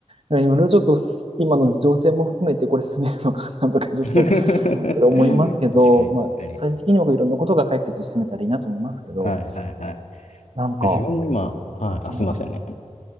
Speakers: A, on the right (about 55°); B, on the left (about 80°).
A: いろいろちょっとす今の情勢も含めてこれ進めるのかなとか、ちょっと
B: <laughs> 確かに、
A: それ思いますけど、
B: 確かに。
A: まあ、最終的に僕いろんなことが解決して進めたらいいなと思いますけど、
B: はい、はい、はい。
A: なんか、
B: 自分も今、はい、
A: うん。
B: あ、すいませんね。